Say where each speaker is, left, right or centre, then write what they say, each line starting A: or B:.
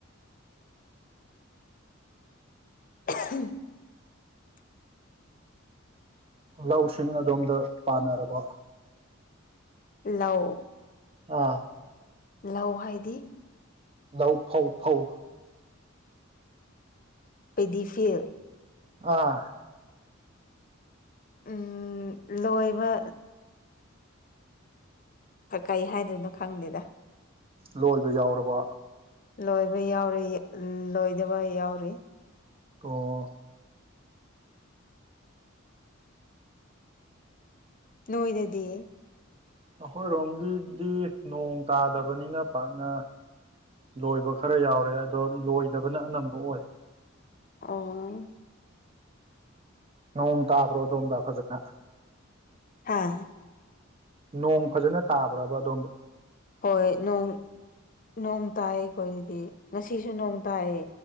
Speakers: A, on the left; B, on the right.
A: <unintelligible>
B: ꯂꯧꯁꯤꯡ ꯑꯗꯣꯝꯗ ꯄꯥꯅꯔꯕ
A: ꯂꯧ
B: ꯑꯥ
A: ꯂꯧ ꯍꯥꯏꯗꯤ
B: ꯂ ꯐꯧ ꯐꯧ
A: ꯄꯦꯗꯤꯐ
B: ꯑꯥ
A: ꯎ ꯂꯣꯏꯕ ꯀꯩ ꯍꯥꯏꯗꯣꯏꯅꯣ ꯈꯪꯅꯤꯗ
B: ꯂꯣꯏꯕ ꯌꯥꯎꯔꯕ
A: ꯂꯣꯏꯕ ꯌꯥꯎꯔꯤ ꯂꯣꯏꯗꯕ ꯌꯥꯎꯔꯤ
B: ꯑꯣ
A: ꯅꯣꯏꯗꯗꯤ
B: ꯑꯩꯈꯣꯏꯔꯣꯝꯒꯤꯗꯤ ꯅꯣꯡ ꯇꯥꯗꯕꯅꯤꯅ ꯄꯥꯛꯅ ꯂꯣꯏꯕ ꯈꯔ ꯌꯥꯎꯔꯦ ꯑꯗꯣ ꯂꯣꯏꯗꯕꯅ ꯑꯅꯝꯕ ꯑꯣꯏ
A: ꯑꯣ
B: ꯅꯣꯡ ꯇꯥꯕ꯭ꯔꯣ ꯑꯗꯣꯝꯇ ꯐꯖꯅ
A: ꯍꯥꯥ
B: ꯅꯣꯡ ꯐꯖꯅ ꯇꯥꯕ꯭ꯔꯕ ꯑꯗꯣꯝꯗ
A: ꯍꯣꯏ ꯅꯣꯡ ꯅꯣꯡ ꯇꯥꯏ ꯑꯩꯈꯣꯏꯗꯗꯤ ꯉꯁꯤꯁꯨ ꯅꯣꯡ ꯇꯥꯏꯌꯦ